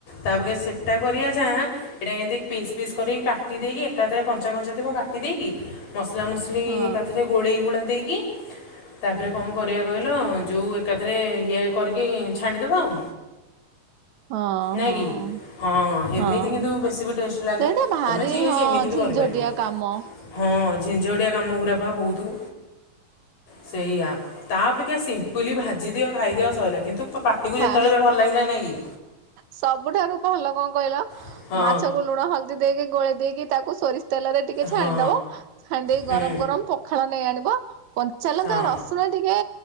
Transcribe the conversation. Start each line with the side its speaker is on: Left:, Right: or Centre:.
Left: ତାପଖେ ସେଟା କରିବା ଚାଁ ଏଇଟା ଏମିତି ପିସ୍ ପିସ୍ କରିକି କାଟି ଦେଇକି ଏକାଥରେ କଞ୍ଚା କଞ୍ଚା ଥିବ କାଟି ଦେଇକି ମସଲା ମୁସି। ଲିଏକାଥରେ
Right: ହଁ
Left: ଗୋଳେଇ ଗୁଳା ଦେଇକି ତାପରେ କଣ କରିବା କହିଲ ଯଉ ଏକାଥରେ ଇଏ କରିକି ଛାଣିଦବା ଆଉ
Right: ହଁ
Left: ନାଇ
Right: ହଁ
Left: କି ହଁ ଏମିତି
Right: ହଁ
Left: କିନ୍ତୁ ବେଶୀ ବି ଟେ ଲାଗେ
Right: ସେଇଟା ଭାରି
Left: ତମେ ଯିଏ
Right: ହଁ
Left: ଯେମିତି ବି
Right: ଝିଞ୍ଝଟିଆ
Left: କରିପାରିବ
Right: କାମ
Left: ହଁ ଝିଝଟିଆ କାମ ୟୁରା ବା ବହୁତ ସେଇଆ ତା ଅପେକ୍ଷା ସିମ୍ପଲି ଭାଜି ଦିଅ ଖାଇଦିଅ ସଇ ଲା କିନ୍ତୁ ତ ପାଟିକୁ
Right: ଖା
Left: ଯେତେବେଳେ ଭଲ ଲାଗିଲା ନହି କି
Right: ସବୁଠାରୁ ଭଲ କଣ କହିଲ
Left: କି ହଁ
Right: ମାଛକୁ ଲୁଣ ହ ଦି ଦେଇକି ଗୋଳେଇ ଦେଇକି ତାକୁ ସୋରିଷ ତେଲରେ ଟିକେ
Left: ହଁ
Right: ଛାଣିଦବ ଛାଣି ଦେଇ
Left: ହୁଁ
Right: ଗରମ ଗରମ ପ ଖାଳ ନେଇ ଆଣିବ କଞ୍ଚାଲଙ୍କା
Left: ହଁ
Right: ରସୁଣ ଟିକେ